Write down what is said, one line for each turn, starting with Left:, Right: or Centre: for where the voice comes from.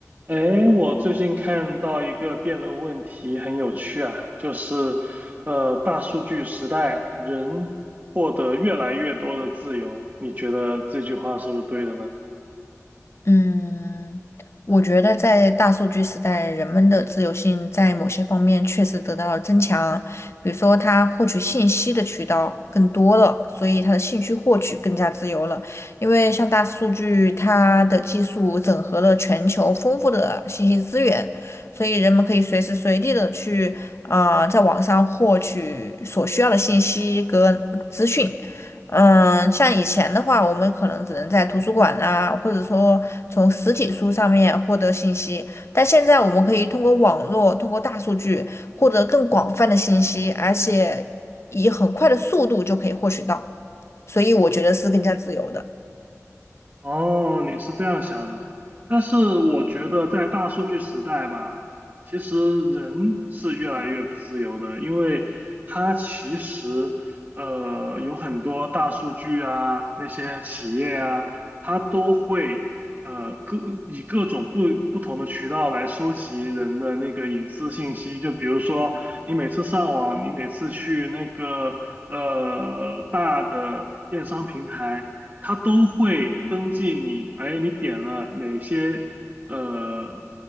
Right: 哎，我最近看到一个辩论问题，很有趣啊，就是，呃，大数据时代，人获得越来越多的自由，你觉得这句话是不是对的呢？
Left: 嗯，我觉得在大数据时代，人们的自由性在某些方面确实得到了增强，比如说他获取信息的渠道更多了，所以他的兴趣获取更加自由了。因为像大数据，它的技术整合了全球丰富的信息资源，所以人们可以随时随地的去啊，在网上获取所需要的信息和资讯。嗯，像以前的话，我们可能只能在图书馆啊，或者说从实体书上面获得信息，但现在我们可以通过网络，通过大数据获得更广泛的信息，而且以很快的速度就可以获取到，所以我觉得是更加自由的。
Right: 哦，你是这样想的，但是我觉得在大数据时代吧，其实人是越来越不自由的，因为它其实呃有很多大数据啊，那些企业啊，它都会呃各以各种不不同的渠道来收集人的那个隐私信息，就比如说你每次上网，你每次去那个呃大的电商平台。它都会登记你，哎，你点了哪些呃